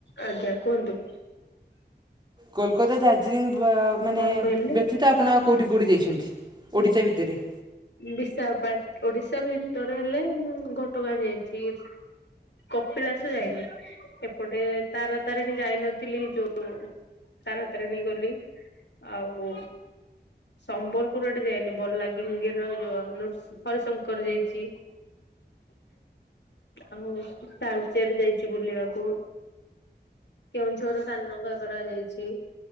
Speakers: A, on the left (about 80°); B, on the right (about 25°).
A: ଆଜ୍ଞା କୁହନ୍ତୁ।
B: କୋଲକାତା ଦାର୍ଜିଲିଂ ମାନେ
A: କଣ କହିଲେ?
B: ବ୍ୟତୀତ ଆପଣ ଆଉ କୋଉଁଠି କୋଉଁଠି ଯାଇଛନ୍ତି ଓଡ଼ିଶା ଭିତେରେ?
A: ବିଶାଖାପାଟ୍, ଓଡିଶା ଭିତରେ ହେଲେ ମୁଁ ଘଟଗାଁ ଯାଇଚି। କପିଳାସ ଯାଇନି। ଏପଟେ ତାରା ତାରିଣୀ ଯାଇନଥିଲି ଯୋଉ ତାରା ତାରିଣୀ ଗଲି। ଆଉ ସମ୍ବଲପୁର ଆଡ଼େ ଯାଇନି। ବଲା ଙ୍ଗିର ର ଯୋଉ ନୃ ହରିଶଙ୍କର ଯାଇଚି। ଆଉ ତାଳଚେର୍ ଯାଇଚି ବୁଲିବାକୁ। କେଉଁଝର ସାନଘାଗରା ଯାଇଚି।